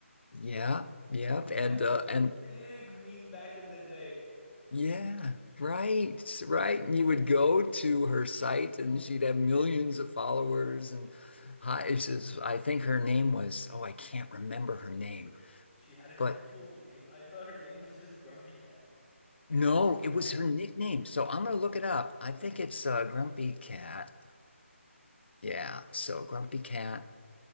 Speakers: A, on the left; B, in the centre.
A: Yeah, yep,
B: Grumpy
A: and
B: Cat was
A: uh,
B: a
A: and
B: big meme back in the day.
A: yeah, right, right. And you would go to her site, and she'd have millions of followers. And hi, it says, I think her name was. Oh, I can't remember her name,
B: Wait, she had an
A: but
B: actual name? I thought her name was just Grumpy Cat.
A: no, it was her nickname. So I'm gonna look it up. I think it's uh, Grumpy Cat. Yeah, so Grumpy Cat.